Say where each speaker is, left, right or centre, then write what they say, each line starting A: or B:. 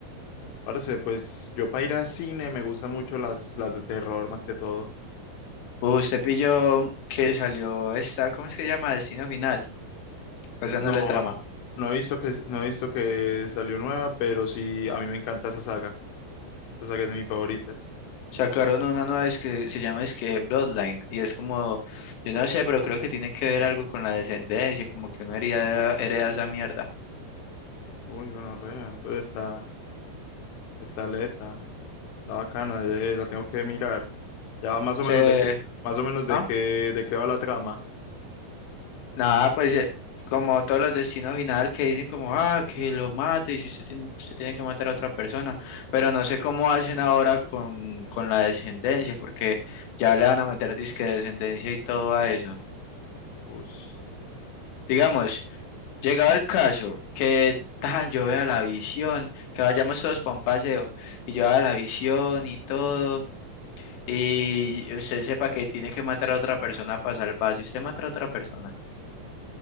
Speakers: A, on the left; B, on the left.
A: Parce, pues yo para ir a cine me gustan mucho las, las de terror más que todo.
B: Usted pilló que salió esta, ¿cómo es que se llama? Destino Final. Pues esa
A: No,
B: no le trama.
A: no he visto que, no he visto que salió nueva, pero sí, a mí me encanta esa saga. Esa saga es de mis favoritas.
B: Sacaron una nueva es que se llama es que Bloodline y es como, yo no sé, pero creo que tiene que ver algo con la descendencia, como que uno hereda, hereda esa mierda.
A: Uy, bueno, entonces está, está aleta. Está bacana, eh, la tengo que mirar. Ya más o
B: Se,
A: menos de qué, más o menos de
B: ah,
A: qué, de qué va la trama.
B: nada, pues eh, como todos los destinos final que dicen como, ah, que lo mate y si usted tiene, usted tiene que matar a otra persona, pero no sé cómo hacen ahora con, con la descendencia, porque ya le van a meter disque descendencia y todo a eso.
A: Ush,
B: Digamos.
A: es-
B: Llegado el caso, que tan, yo vea la visión, que vayamos todos para un paseo, y yo vea la visión y todo, y usted sepa que tiene que matar a otra persona para salvarse, usted mata a otra persona.